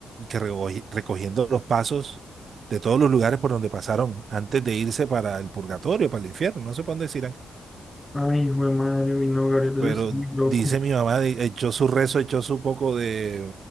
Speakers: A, on the right; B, on the left.
A: que recogi- recogiendo los pasos de todos los lugares por donde pasaron antes de irse para el purgatorio, para el infierno, no sé por dónde se irán.
B: Ay, hijo de madre, uy, no, Gabriel,
A: Pero
B: eso es muy loco.
A: dice mi mamá, de- echó su rezo, echó su poco de